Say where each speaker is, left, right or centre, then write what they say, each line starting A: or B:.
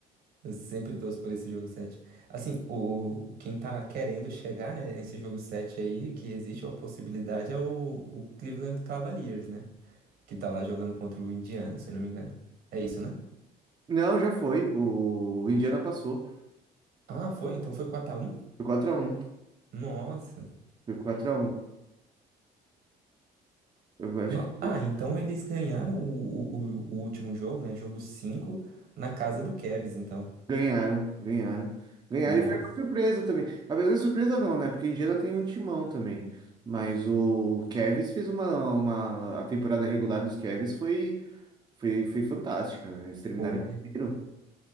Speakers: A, on the right; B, on the right.
A: Eu sempre torço por esse jogo 7. Assim, o, o- quem tá querendo chegar, né, nesse jogo 7 aí, que existe uma possibilidade, é o, o Cleveland Cavaliers, né? Que tá lá jogando contra o Indiana, se eu não me engano. É isso, né?
B: Não, já foi. O Indiana passou.
A: Ah, foi? Então foi quatro a um
B: Foi quatro a um
A: Nossa.
B: Foi quatro a um Eu acho
A: No-
B: que
A: Ah, então eles ganharam o, o, o- o último jogo, né? Jogo 5 na casa do Cavs, então.
B: ganharam, ganharam. Ganharam
A: Nossa.
B: e foi uma surpresa também. Apesar de surpresa não, né? Porque o Indiana tem um timão também. Mas o Cavs fez uma, uma... A temporada regular dos Cavs foi Foi, foi fantástica, né? Eles terminaram
A: Pô,
B: em primeiro.